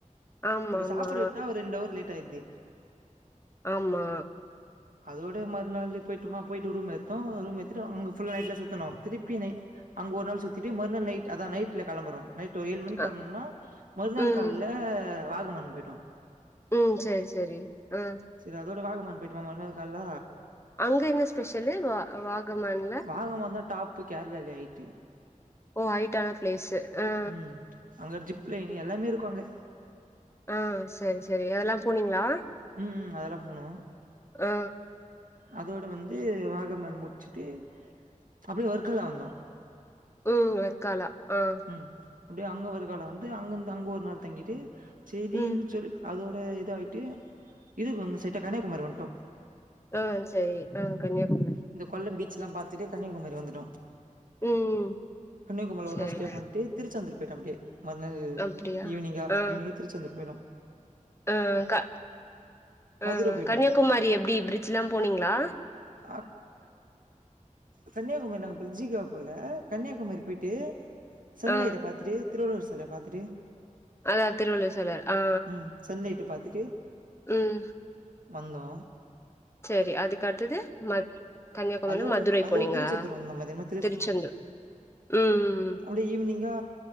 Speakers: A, on the left; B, on the right.
A: ஆமா
B: இப்போ
A: ஆமா
B: சாப்பட விட்டா ஒரு ரெண்டவர் லேட்டாது
A: ஆமா
B: அதோட மறுநாள் போயிட்டுமா போயிட்டு ரூம் எடுத்தோ ரூம் எத்துட்டு அங்க புல்லா நைட்ல சுத்தணு திருப்பி நை அங்க ஒரு நாள் சுத்திட்டு மறுநாள் நைட்டு அதா நைட்ல கெளம்புறோ ஒரு ஏழு மணி களம்புணம்னா
A: அ
B: மறுநாள்
A: ம்
B: கால்ல வாகமானு போயிட்டோ
A: ம் சரி சரி ஆ
B: சரி அதோட வாகமான் போயிட்டுமா மறுநாள் கால்ல
A: அங்க என்ன ஸ்பெஷலு வா வாகமான்ல
B: வாகமான் தா டாப்பு கேரளாலே ஹைட்டு
A: ஓ ஐட்டான பிளேஸ்சு ஆ
B: ம் அங்க ஜிப் லைன் எல்லாமே இருக்கு அங்க
A: ஆ சரி சரி அதெல்லா போனீங்களா
B: ம் ம் அதெல்லா போனோ
A: ஆ
B: அதோட வந்து வாகம்மன் முடிச்சுட்டு அப்டியே ஒர்க்கலா வந்தோ
A: ம் வர்க்காலா ஆ
B: ம் அப்டியே அங்க வர்கால வந்து அங்கந்து அங்க ஒரு நாள் தங்கிட்டு செய்தின்னு
A: ம்
B: சொல்லி அதோட இத ஆகிட்டு இதுக்கு வந்து சட்ட கன்னியாகுமரி வந்துட்டோ
A: ஆ சரி ஆ கன்னியாகுமரி
B: இந்த கொல்லம் பீச்சல்லாம் பாத்தட்டு கன்னியாகுமரி வந்துட்டோ
A: ம்
B: கன்னியாகுமரி ஒரு
A: சேரி
B: நாள் ஸ்டே பண்ட்டு திருச்செந்தூர் போயிட்ட அப்டே மறுநாள்
A: அப்டியா
B: ஈவினிங்கா
A: ஆ
B: ஈவினிங்கா திருச்செந்தூர் போயிடுவ
A: ஆ க ஆ
B: மதுர போயிட்டோ
A: கன்னியாகுமாரி எப்டி பிரிட்ஜ்லா போனீங்களா
B: ஆ கன்னியாகுமரி நாங்க பிரிட்ஜுக்குலா போல கன்னியாகுமரி போய்ட்டு சன்லைட்ட
A: ஆ
B: பாத்துட்டு திருவள்ளுவர் செலைய பாத்துட்டு
A: அ திருவள்ளுவர் செல ஆ
B: ம் சன்லைட்ட பாத்துட்டு
A: ம்
B: வந்தோ
A: சரி அதுக்கடுத்தது மை கன்னியாகுமரி
B: அதோட
A: மதுரை
B: அதோட
A: போனீங்கலா
B: திருச்செந்தூர் வந்தோ மதியானமா
A: திருச்செந்தூர் ம்
B: குழு ஈவினிங்கா